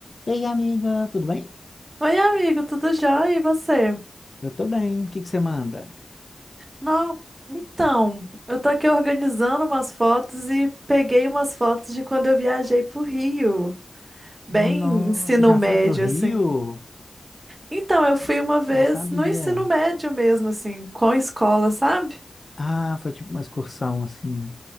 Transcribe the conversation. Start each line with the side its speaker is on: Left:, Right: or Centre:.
Left: Ei, amiga, tudo bem?
Right: Oi, amigo, tudo jóia? E você?
Left: Eu tô bem. O que que você manda?
Right: Não, então, eu tô aqui organizando umas fotos e peguei umas fotos de quando eu viajei pro Rio, bem
Left: Nossa,
Right: ensino
Left: já
Right: médio,
Left: foi pro Rio?
Right: assim. Então, eu fui uma vez
Left: Nem sabia.
Right: no ensino médio mesmo, assim, com a escola, sabe?
Left: Ah, foi tipo uma excursão assim.